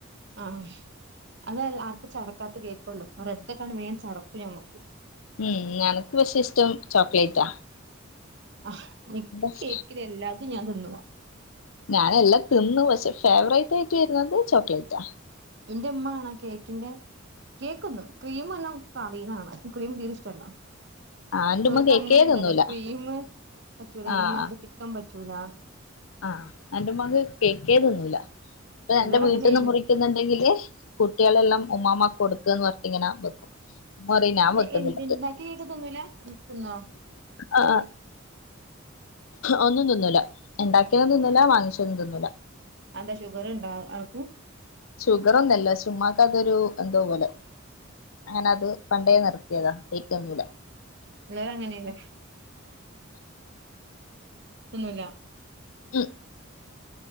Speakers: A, on the right; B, on the left.
A: ആഹ് അതെല്ല ആർക്കും ചടക്കാത്ത കേക്കൊള്ളു റെഡെക്കാണെ വേം ചടക്കു ഞമ്മക്ക്
B: ഉം അനക്ക് പക്ഷേ ഇഷ്ടം ചോക്ലേറ്റാ
A: ആഹ് നിക്ക്
B: എന്താ
A: കേക്കില് എല്ലാതും ഞാൻതിന്നും
B: ഞാന് എല്ലാം തിന്നു പക്ഷെ ഫേവറേറ്റായിട്ടരുന്നത് ചോക്ലേറ്റാ
A: എന്റെ ഉമ്മ ആണ കേക്കിന്റെ കേക്കിന്നും ക്രീം ഒന്നും <unintelligible> ക്രീം തീരെഷ്
B: ആഹ് എന്റുമ്മ
A: നിക്ക്
B: കേക്കേ
A: അങ്ങനുണ്ടല്ലോ
B: തിന്നൂല
A: ക്രീമ് പറ്റുല്ല
B: ആഹ്
A: എന്റുമ്മാക്ക് ക്കം പറ്റൂല്ല
B: ആഹ് എന്റെ ഉമ്മാക്ക് കേക്കേതിന്നൂല്ല ഇപ്പൊ
A: ചിലർ
B: എന്റെ വീട്ട്ന്ന്
A: അങ്ങനെയാണ്
B: മുറി ക്കുന്നുണ്ടെങ്കില് കുട്ടികളെല്ലാം ഉമ്മാമാക്ക് കൊടുക്ക്ന്ന് പറഞ്ഞിട്ട് ഇങ്ങനെ വെക്കും ഉമ്മറയും ഞാൻ
A: പിന്നെ
B: വെക്കുന്നില
A: എന്ത് ഇണ്ടാക്കിയ കേക്ക് തിന്നൂല തിന്നോ
B: ആഹ് ഒന്നും തിന്നൂല്ല ഇണ്ടാക്കിയതു തിന്നൂല്ല വാങ്ങിച്ചതും തിന്നൂല്ല
A: അയെന്താ ഷുഗറിണ്ടാ ആൾക്ക്
B: ഷുഗറൊന്നുല്ല ഷെ ഉമ്മാക്ക് അതൊരു എന്തോപോലെ അങ്ങനെ അത് പണ്ടേ നിർത്തിയതാ കേക്കിന്നൂല്ല
A: ലെ അങ്ങനന്നെ തിന്നൂല്ല
B: ഉം